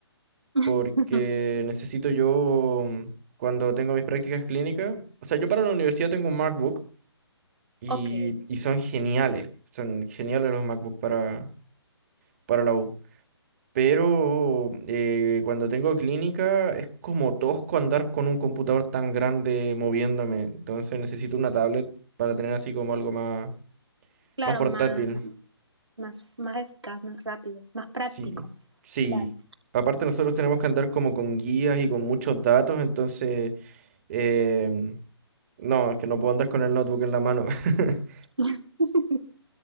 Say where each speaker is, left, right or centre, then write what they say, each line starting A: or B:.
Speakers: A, on the right; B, on the right.
A: <laughs>
B: porque necesito yo, mm, cuando tengo mis prácticas clínicas, o sea, yo para la universidad tengo un MacBook y,
A: Ok,
B: y son geniales, son geniales los MacBook para, para la U. Pero eh, cuando tengo clínica es como tosco andar con un computador tan grande moviéndome, entonces necesito una tablet para tener así como algo más,
A: claro,
B: más portátil.
A: más, más, más eficaz, más rápido, más práctico,
B: Sí, sí.
A: claro.
B: Aparte nosotros tenemos que andar como con guías y con muchos datos, entonces... em, no, es que no puedo andar con el notebook en la mano. <laughs>
A: <laughs>